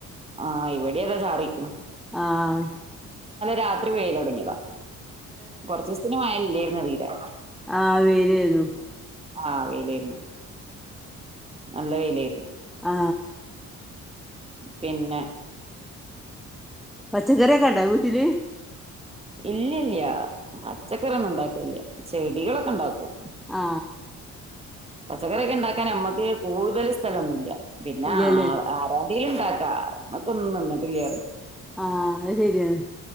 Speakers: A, on the right (about 20°); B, in the centre.
A: ആ ഇവിടെ അതേ ചാറിക്കണ.
B: ആ.
A: രാത്രി പെയ്ത് തുടങ്ങിയതാ കുറച്ച് ദിവസത്തിന് മഴ ഇല്ലായിരുന്നു തീരെ.
B: ആ വെയിൽ ആരുന്നു
A: ആ വെയിലായിരുന്നു. നല്ല വെയിലായിരുന്നു.
B: ആ.
A: പിന്നെ
B: പച്ചക്കറിയൊക്കാണ്ടാ വീട്ടില്?
A: ഇല്ല്യ ഇല്ല്യാ പച്ചകറിന്നും ഉണ്ടാകെ ല്ല്യ ചെടികളൊക്കെണ്ടാക്കും.
B: ആ
A: പച്ചക്കറിക്കെണ്ടാക്കാൻ അമ്മക്ക് കൂടുതൽ സ്ഥലൊന്നുല്യാ പിന്നെ
B: ഇല്ല്യല്ലേ
A: ആൾ ആര ഇൽണ്ടാക്കാ മ്മക്കൊന്നും നിന്നിട്ടില്ലറിയ
B: ആ അത് ശരിയാ